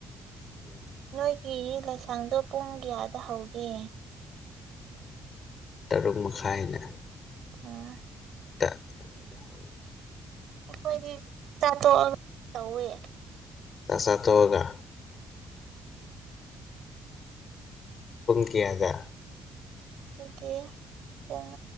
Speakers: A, on the left; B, on the right.
A: ꯎꯝ
B: ꯅꯣꯏꯒꯤ ꯂꯩꯁꯥꯡꯗꯣ ꯄꯨꯡ ꯀꯌꯥꯗ ꯍꯧꯒꯦ
A: ꯇꯔꯨꯛ ꯃꯈꯥꯏꯅ
B: ꯎꯝ
A: ꯇ ꯑꯗꯨꯃꯥꯏꯅ ꯍꯧꯋꯤ
B: ꯑꯩꯈꯣꯏꯗꯤ ꯆꯥꯛ ꯇꯣꯛꯑꯒ ꯇꯧꯋꯦ
A: ꯆꯁ ꯊꯣꯛꯑꯒ ꯄꯨꯡꯀꯤꯌꯥꯗ
B: ꯑꯩꯈꯣꯏꯒꯤ ꯄꯨꯡ